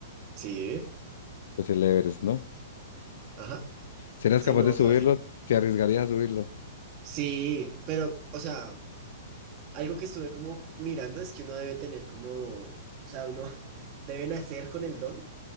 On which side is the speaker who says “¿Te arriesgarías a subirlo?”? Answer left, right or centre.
Left